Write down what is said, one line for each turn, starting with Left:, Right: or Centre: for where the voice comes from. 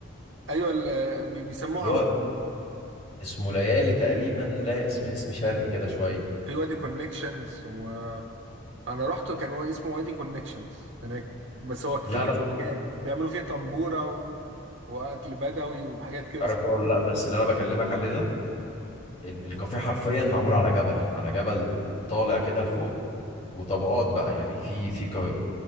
Right: ايوه ال- بي- بيسموها
Left: اللي
Right: وادي-
Left: هو اسمه ليالي تقريبا لا اسم اسم شرقي كده شوية
Right: في وادي كونكشنز وانا رحت كان هو اسمه وادي كونكشنز هناك بس هو في
Left: لا
Right: كذا
Left: لا
Right: مكان وبيعملوا فيه طنبوره و... واكل بدوي وحاجات كده
Left: عارفه
Right: صح
Left: ولا لا بس اللي أنا بكلمك عليه ده ال- الكافيه حرفيا معمول على جبل على جبل طالع كده لفوق وطبقات بقى يعني في في كا-